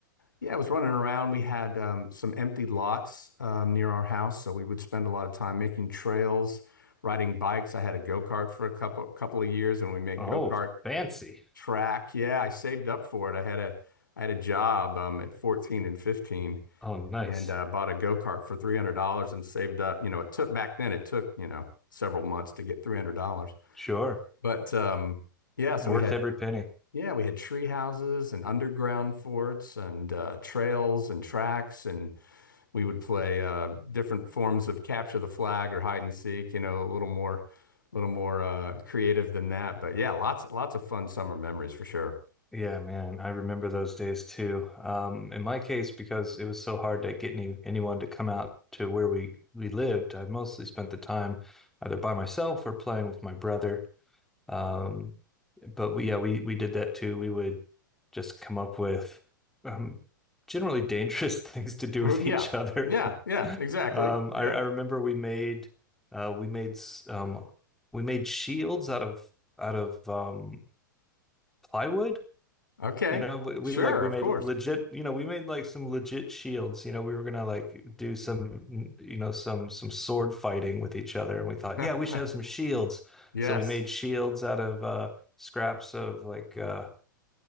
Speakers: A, on the left; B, in the centre.
A: Yeah, I was running around. We had um, some empty lots um, near our house, so we would spend a lot of time making trails, riding bikes. I had a go-kart for a couple couple of years and we made
B: Oh,
A: go-kart
B: fancy.
A: track. Yeah, I saved up for it. I had a I had a job um, at 14 and 15
B: Oh, nice.
A: and uh, bought a go kart for three hundred dollars and saved up. You know, it took back then it took you know several months to get three hundred dollars,
B: Sure.
A: but um, yeah. So
B: Worth
A: we had
B: every penny.
A: yeah we had tree houses and underground forts and uh, trails and tracks, and we would play uh, different forms of capture the flag or hide and seek. You know, a little more, a little more uh, creative than that. But yeah, lots lots of fun summer memories for sure.
B: Yeah, man, I remember those days too. Um, in my case, because it was so hard to get any anyone to come out to where we we lived, I mostly spent the time either by myself or playing with my brother. Um, but we, yeah, we we did that too. We would just come up with um, generally dangerous <laughs> things to do with
A: Yeah,
B: each other.
A: yeah,
B: <laughs>
A: yeah, exactly.
B: Um, I,
A: Yeah.
B: I remember we made uh, we made s- um, we made shields out of out of um, plywood
A: Okay.
B: you know, we, we
A: Sure,
B: like we
A: of
B: made
A: course.
B: legit, you know, we made like some legit shields. You know, we were gonna like do some, you know, some some sword fighting with each other, and we thought, yeah,
A: <laughs>
B: we should have some shields.
A: Yes.
B: So we made shields out of uh scraps of like uh